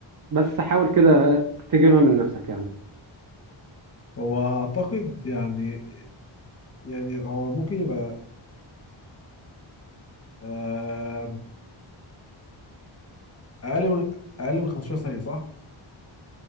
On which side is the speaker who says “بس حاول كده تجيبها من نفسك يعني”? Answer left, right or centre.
Right